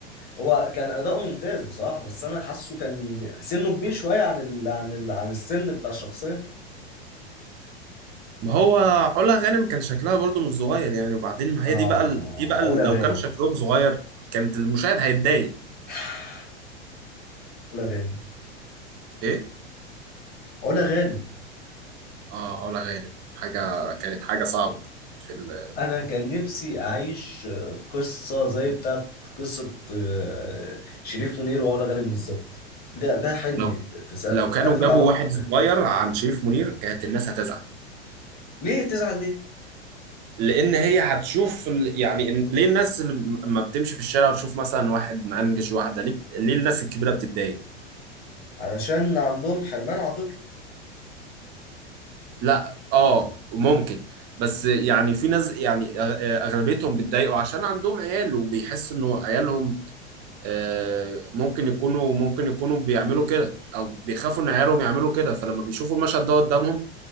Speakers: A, on the left (about 25°); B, on the right (about 30°).
A: هو كان اداؤه ممتاز بصراحة بس انا حاسه كان سنه كبير شوية عن ال... عن ال... عن السن بتاع الشخصية
B: ما هو علا غانم كان شكلها برضو مش صغير يعني وبعدين ما هي
A: اه
B: دي بقى ال- دي بقى ال-
A: علا
B: لو
A: غانم
B: كان شكلهم صغير كانت المشاهد هيتضايق
A: <sighs> علا غانم
B: ايه
A: علا غانم
B: اه علا غانم حاجه كانت حاجه صعبه في ال...
A: انا كان نفسي اعيش آه، قصة زي بتاعت قصة آه، شريف منير وعلا غانم بالظبط ده ده حلمي
B: لو
A: في سقف
B: لو
A: سقف
B: كانوا جابوا
A: العلاقات
B: واحد صغير
A: ده
B: عن شريف منير كانت الناس هتزعل
A: ليه تزعل ليه
B: لان هي هتشوف ال- يعني إن- ليه الناس لما بتمشي في الشارع وتشوف مثلا واحد مأنجج واحده ليه ليه الناس الكبيره بتتضايق
A: علشان عندهم حرمان عاطفي
B: لا اه ممكن بس يعني في ناس يعني أغ- اغلبيتهم بيتضايقوا عشان عندهم عيال وبيحس انه عيالهم آه، ممكن يكونوا ممكن يكونوا بيعملوا كده او بيخافوا ان عيالهم يعملوا كده فلما بيشوفوا المشهد ده قدامهم